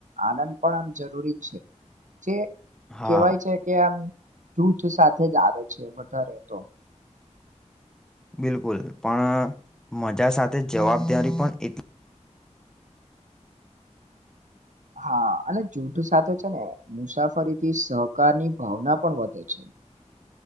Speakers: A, on the right; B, in the centre.
A: આનંદ પણ આમ જરૂરી છે જે
B: હા
A: કેહેવાય છે કે આમ જૂથ સાથે જ આવે છે વધારે તો
B: બિલકુલ પણ મજા સાથે જવાબદારી પણ એટલી
A: હા અને જૂઠ સાથે છે ને મુસાફરીથી સહકારની ભાવના પણ વધે છે. <inaudible>